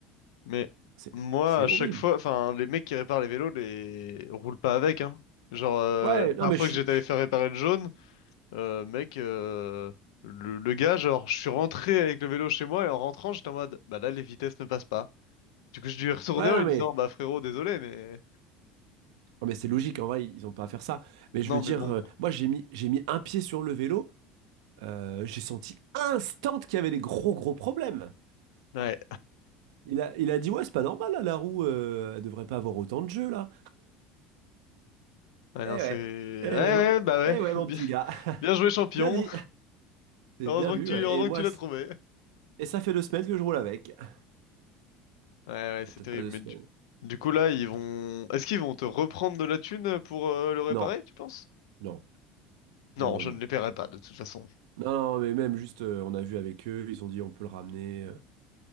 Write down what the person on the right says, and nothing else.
c'est
c'est
horrible.
Ouais,
non mais
je suis
Ouais,
non,
mais,
non, mais c'est logique, en vrai, ils n'ont pas à faire ça. Mais
je veux dire,
euh, moi, j'ai mis, j'ai mis un pied sur le vélo, euh, j'ai senti instant qu'il y avait des gros, gros problèmes.
Il a, il a dit, ouais, c'est pas normal, là, la roue, euh, elle devrait pas avoir autant de jeu, là.
Eh
ouais,
eh
ouais, mon,
eh ouais,
mon
petit gars.
<laughs>
Bien dit, c'est
bien vu,
ouais.
Et moi,
c'est-
et ça fait deux semaines que je roule avec. Ah,
Peut-être
pas deux
semaines.
Peut-être-
Non,
non,
non, non,
non.
Non, non, mais même juste, euh, on a vu avec eux, ils ont dit on peut le ramener. euh,